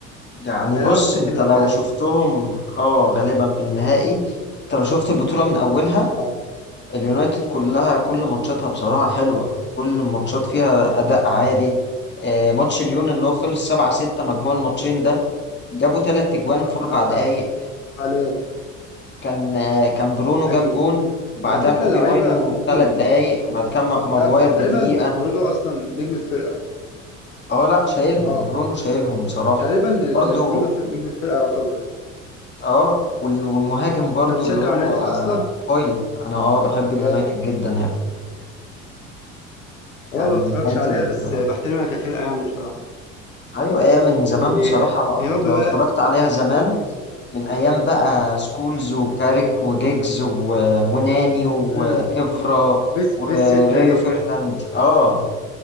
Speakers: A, on the left; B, on the left.
A: يعني
B: هيلعبوا
A: بص
B: توتنهام
A: انت لو
B: تقريبا
A: شفتهم اه غالبا في النهائي انت لو شفت البطولة من اولها
B: اه
A: اليونايتد كلها كل ماتشاتها بصراحة حلوة كل الماتشات فيها اداء عالي آه ماتش ليون اللي هو خلص 7 6 مجموع الماتشين ده جابوا تلات اجوان
B: اه
A: في
B: اتفرجت
A: اربع دقايق
B: عليه
A: كان آه كان برونو
B: ايوه
A: جاب جون وبعدها
B: على فكره
A: كوبي
B: اللعيبه
A: ماينو
B: ممكن
A: بثلاث دقايق وبعد كده ما- ماجواير
B: لا بقى تقريبا
A: بدقيقة
B: برونو اصلا نجم الفرقه
A: اه لا شايلهم
B: اه
A: برونو شايلهم بصراحة
B: تقريبا
A: برضو
B: ال- برونو فر... نجم الفرقه يعتبر
A: اه وال- والمهاجم برضو
B: انت بتشجع
A: اللي هو
B: يونايتد اصلا
A: هويلاند انا اه بحب
B: ولا
A: اليونايتد
B: ايه
A: جدا يعني يعني
B: هو أنا ما بتفرجش
A: اليونايتد
B: عليها بس
A: آه،
B: بحترمها كفرقه يعني بصراحه
A: ايوه ايام من
B: و...
A: زمان بصراحه
B: يا رب
A: لو
B: بقى
A: اتفرجت عليها زمان من ايام بقى سكولز وكاريك وجيجز و... وناني وافرا
B: امم بس
A: وريو
B: بس ستة دي
A: فيرناند اه